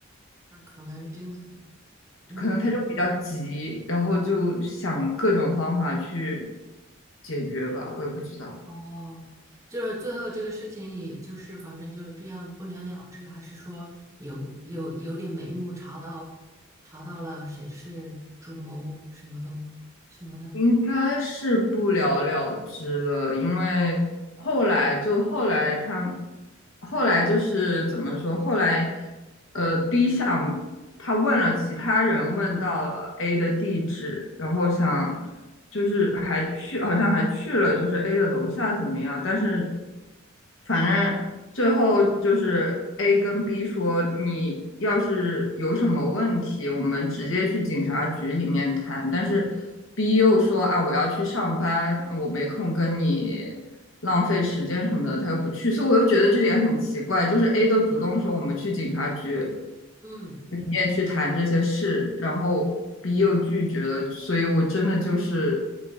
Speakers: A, on the right; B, on the left.
A: 那可能真的，嗯，
B: 可能他就比较急，然后就想各种方法去解决吧，我也不知道，
A: 哦，就是最后这个事情，也就是反正就这样不了了之，还是说有有有点眉目，查到查到了谁是主谋什么东什么的，
B: 应该是不了了之了，因为后来就后来他后来就是怎么说，后来呃 B 想他问了其他人，问到了 A 的地址，然后想就是还去，好像还去了就是 A 的楼下怎么样？但是反正最后就是 A 跟 B 说，你要是有什么问题，我们直接去警察局里面谈。但是 B 又说啊，我要去上班，我没空跟你。浪费时间什么的，他又不去，所以我又觉得这点很奇怪。就是 A 都主动说我们去警察局，
A: 嗯。
B: 里面去谈这些事，然后 B 又拒绝了，所以我真的就是